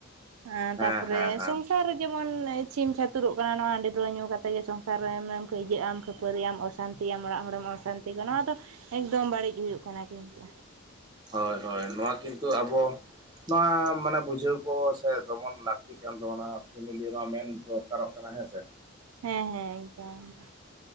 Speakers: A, on the right (about 75°); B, on the right (about 20°).
A: ᱦᱮ
B: ᱦᱮᱸ
A: ᱛᱟᱯᱚᱨᱮ
B: ᱦᱮᱸ ᱦᱮᱸ
A: ᱥᱚᱝᱥᱟᱨ ᱨᱮ ᱡᱮᱢᱚᱱ ᱪᱷᱤᱝ ᱪᱷᱟᱹᱛᱩᱨᱚᱜ ᱠᱟᱱᱟ ᱱᱚᱣᱟ ᱦᱟᱺᱰᱤ ᱯᱟᱹᱨᱣᱟᱹ ᱧᱩ ᱠᱟᱛᱮᱜ ᱜᱮ ᱥᱚᱝᱥᱟᱨ ᱨᱮᱢ ᱦᱟᱱᱮ ᱠᱷᱟᱹᱭᱡᱟᱹᱜ ᱟᱢ ᱠᱷᱟᱹᱯᱟᱹᱨᱤ ᱟᱢ ᱚᱥ ᱚᱥᱟᱱᱛᱤ ᱭᱟᱢ ᱚᱲᱟᱜ ᱦᱚᱲᱮᱢ ᱚᱼᱥᱟᱱᱛᱤ ᱠᱟᱱᱟ ᱱᱚᱣᱟ ᱫᱚ ᱮᱠᱫᱚᱢ ᱵᱟᱹᱲᱤᱡ ᱦᱩᱭᱩᱜ ᱠᱟᱱᱟ ᱠᱤᱱᱛᱩ
B: ᱦᱚᱭ ᱦᱚᱭ ᱱᱚᱣᱟ ᱠᱤᱱᱛᱩ ᱟᱵᱚ ᱱᱚᱣᱟ ᱢᱟᱱᱮ ᱵᱩᱡᱷᱟᱹᱣ ᱠᱚ ᱥᱮ ᱫᱚᱢᱚᱱ ᱞᱟᱹᱠ ᱛᱤ ᱠᱟᱱ ᱛᱟᱵᱚᱱᱟ ᱯᱷᱮᱢᱤᱞᱤ ᱨᱮᱦᱚᱸ ᱢᱮᱱ ᱫᱚᱨᱠᱟᱨᱚᱜ ᱠᱟᱱᱟ ᱦᱮᱸᱥᱮ᱾
A: ᱦᱮᱸ ᱦᱮᱸ ᱮᱫᱚᱢ ᱾